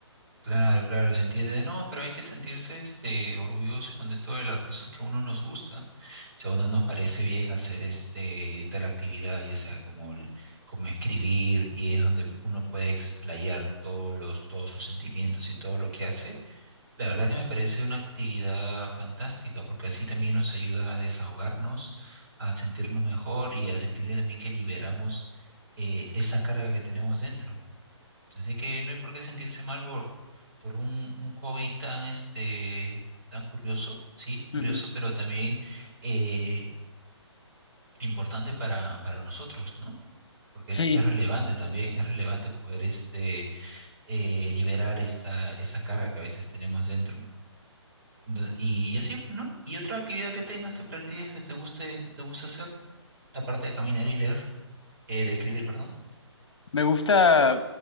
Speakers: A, on the right (about 40°); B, on the left (about 65°).
A: Claro, claro, se entiende. No, pero hay que sentirse este orgulloso y contento de todas las cosas que a uno nos gustan. Si a uno nos parece bien hacer este tal actividad, ya sea como el- como escribir, y es donde uno puede explayar todos los, todos sus sentimientos y todo lo que hace, la verdad que me parece una actividad fantástica, porque así también nos ayuda a desahogarnos, a sentirnos mejor y a sentir también que liberamos eh, esa carga que tenemos dentro. Así que no hay por qué sentirse mal por, por un, un hobby tan, este, tan curioso, sí, curioso,
B: Ujú.
A: pero también eh, importante para, para nosotros, ¿no? Porque
B: Sí,
A: es, es relevante también, es relevante poder este, eh, liberar esta, esa carga que a veces tenemos dentro. Ento- Y, así, pues, ¿no? Y otra actividad que tengas, que practiques, que te guste, que te guste hacer, aparte de caminar y leer, eh, de escribir, perdón.
B: me gusta,